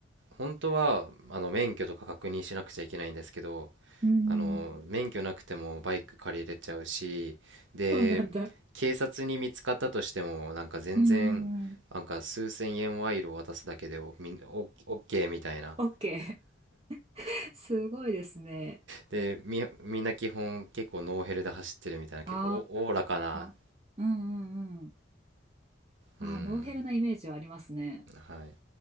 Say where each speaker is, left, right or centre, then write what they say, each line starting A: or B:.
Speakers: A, on the right; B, on the right.
A: 本当はあの免許とか確認しなくちゃいけないんですけど
B: うーん。
A: あの免許なくてもバイク借りれちゃうしで警察に見つかったとしてもなんか全然なんか数千円賄賂を渡すだけでおみんおオッケーみたいな
B: そうなんだ。うーん。オッケー。<laughs> すごいですね。
A: でみ、みんな基本結構ノーヘルで走ってるみたいな結構おおおらかな
B: ああ、うんうんうん。ああ、
A: うん、
B: ノーヘルなイメージはありますね。
A: はい。